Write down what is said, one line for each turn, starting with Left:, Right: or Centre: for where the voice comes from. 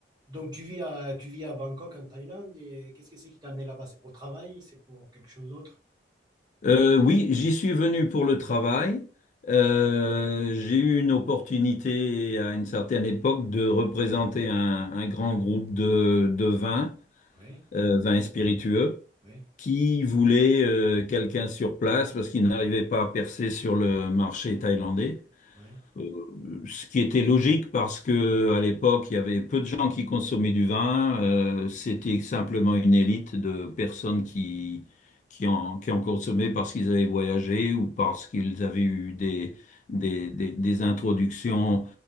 Right: Donc, tu vis à, tu vis à Bangkok, en Thaïlande, et qu'est-ce que c'est qui t'a amené là-bas? C'est pour le travail? C'est pour quelque chose d'autre?
Left: Euh, oui, j'y suis venu pour le travail. Euh, j'ai eu une opportunité à une certaine époque de représenter un, un grand groupe de, de vins,
Right: Ouais,
Left: euh, vins et spiritueux,
Right: ouais,
Left: qui voulait euh, quelqu'un sur place parce qu'il n'arrivait pas à percer sur le marché thaïlandais.
Right: ouais.
Left: Euh, ce qui était logique parce que à l'époque, il y avait peu de gens qui consommaient du vin. euh, c'était simplement une élite de personnes qui, qui en, qui en consommaient parce qu'ils avaient voyagé ou parce qu'ils avaient eu des, des, des, des introductions